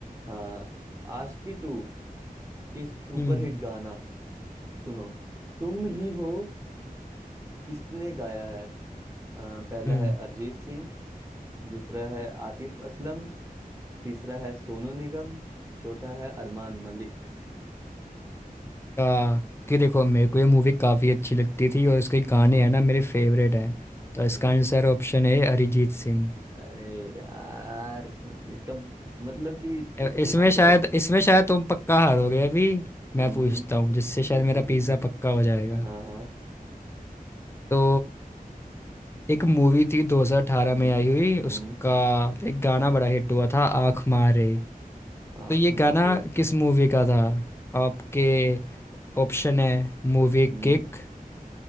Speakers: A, on the right; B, on the left.
A: हाँ आशिकी टू के सुपरहिट
B: हम्म
A: गाना सुनो तुम ही हो किसने गाया है अ, पहला
B: हम्म
A: है अरिजीत सिंह दूसरा है आतिफ असलम तीसरा है सोनू निगम चौथा है अरमान मलिक
B: आ, कि देखो मेरे को ये मूवी काफ़ी अच्छी लगती थी और इसके गाने
A: हम्म
B: हैं ना मेरे फेवरेट हैं तो
A: हम्म
B: इसका आंसर ऑप्शन है अरिजीत सिंह
A: अरे यार इसका मतलब कि
B: अ,
A: इतना
B: इसमें शायद
A: कैसे
B: इसमें शायद तुम पक्का हारोगे अभी
A: हम्म
B: मैं पूछता
A: हम्म,
B: हूँ जिससे शायद
A: पूछो
B: मेरा
A: पूछो
B: पिज़्ज़ा पक्का हो जाएगा
A: हाँ हाँ हाँ।
B: तो एक मूवी थी 2018
A: हम्म
B: में आई हुई
A: हम्म,
B: उसका एक गाना बड़ा हिट हुआ था आँख मारे
A: आंख
B: तो ये गाना
A: मारे
B: किस मूवी का था आपके
A: हम्म
B: ऑप्शन है मूवी
A: हम्म
B: किक